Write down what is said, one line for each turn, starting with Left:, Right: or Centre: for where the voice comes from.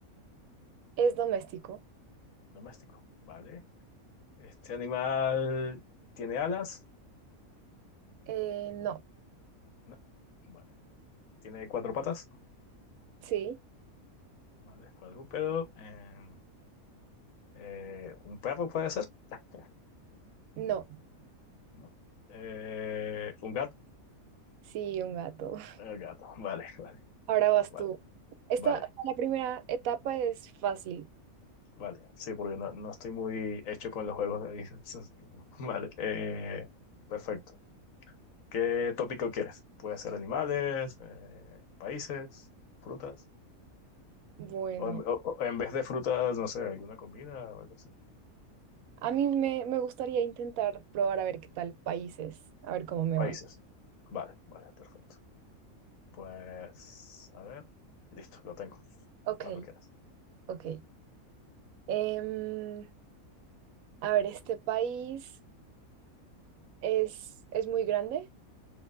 Right: ¿Es doméstico?
Left: Doméstico, ¿vale? ¿Este animal tiene alas?
Right: Eh, no.
Left: No, vale. ¿Tiene cuatro patas?
Right: Sí,
Left: Vale, es cuadrúpedo. Eh, eh, ¿un perro puede ser? <laughs>
Right: no.
Left: No. Eh, ¿un gato?
Right: Sí, un gato. <laughs>
Left: El gato, <laughs> vale, vale,
Right: Ahora vas
Left: vale,
Right: tú. Esta,
Left: vale.
Right: la primera etapa es fácil.
Left: Vale, sí, porque no, no estoy muy hecho con los juegos de ahí. <laughs> Entonces, Vale, eh, perfecto. ¿Qué tópico quieres? Puede ser animales, eh, países, frutas.
Right: Bueno,
Left: O en, o- o en vez de frutas, no sé, alguna comida o algo así.
Right: a mí me, me gustaría intentar probar a ver qué tal países, a ver cómo me
Left: Países.
Right: va.
Left: Vale, vale, perfecto. Pues, a ver. Listo, lo tengo.
Right: Ok,
Left: Cuando quieras.
Right: ok. Em, a ver, este país es, es muy grande.